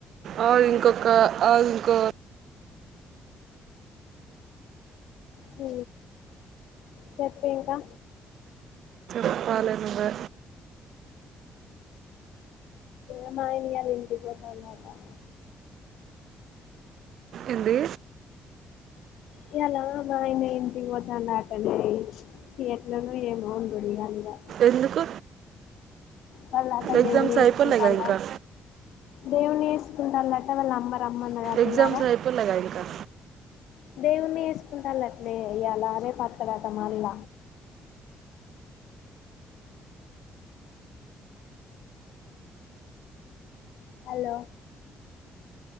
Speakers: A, on the right (about 70°); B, on the left (about 80°).
A: ఆ ఇంకొక ఆ ఇంకో
B: హ్ చెప్పు ఇంకా
A: చెప్పాలే నువ్వే
B: ఎమైంది ఈయాల ఇంటికి పోతాన్నవు. ఆట
A: ఎంది
B: ఇయల మా ఆయన ఇంటికి పోతండు ఆటనే ఎట్లానో ఏమో ఆడిగాలి ఇగా
A: ఎందుకు
B: వాళ్ళంతా
A: ఎగ్జామ్స్
B: దేవున్ని చేసుకుంటార
A: అయిపోలేగా ఇంకా
B: దేవున్ని చేసుకుంటారట వాళ్ళ ఆమ్మ రమ్మన్నాదట
A: ఎగ్జామ్స్
B: ఇయ్యలా
A: అయిపోలేగా ఇంకా
B: దేవున్ని చేసుకుంటాలటనే ఇయ్యలా రేపు అత్తాడట మల్ల హలో